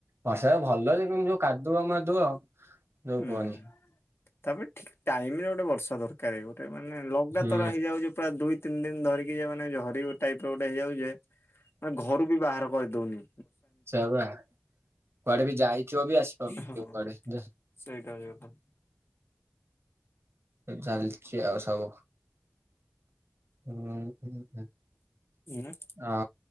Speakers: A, on the right (about 75°); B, on the left (about 75°).
A: ବର୍ଷା ଭଲ ଯେ କିନ୍ତୁ ଯୋଉ କାଦୁଅ ମାଦୁଅ। ଯୋଉ
B: ଉଁ
A: କୁହନି।
B: ତାପରେ ଠିକ୍ ଟାଇମ୍ ରେ ଗୋଟେ ବର୍ଷା ଦର୍କାରେ ଗୋଟେ ମାନେ ଲ ଦା
A: ହୁଁ
B: ତର ହେଇଯାଉଚି ପୁରା ଦୁଇ ତିନ୍ ଦିନ୍ ଧରିକି ଯେଉଁମାନେ ଝରି ଟାଇପ୍ ର ଗୋଟେ ହେଇଯାଉଚେ। ଯେ ଘରୁ ବି ବାହାର୍ କରି ଦଉନି।
A: ସେ ଆଉଆ କୁଆଡ଼େ ବି ଯାଇଥିବ ବି ଆସିପାରୁଥିବ
B: ହଁ
A: କୁଆଡ଼େ।
B: ସେଇଟା ବି ଗୋଟେ।
A: ଏ ଚାଲ୍ଚି ଆଉ ସବୁ ଉଁ ହୁଁ ହୁଁ
B: ନା
A: ଆ